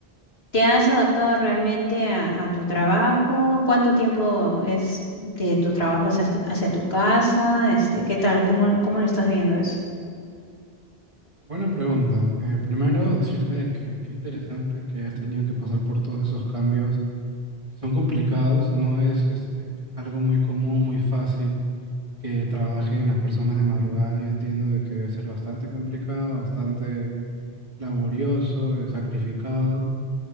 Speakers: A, on the left (about 75°); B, on the right (about 30°).
A: ¿te has adaptado realmente a, a tu trabajo? ¿Cuánto tiempo es de tu trabajo hacia, tu- hacia tu casa? Este, ¿qué tal? ¿Cómo, lo- cómo lo estás viendo eso?
B: Buena pregunta. Eh, primero, decirte que qué interesante que hayas tenido que pasar por todos esos cambios que son complicados, no es este, algo muy común, muy fácil que trabajen las personas de madrugada. Yo entiendo de que debe ser bastante complicado, bastante laborioso, eh, sacrificado.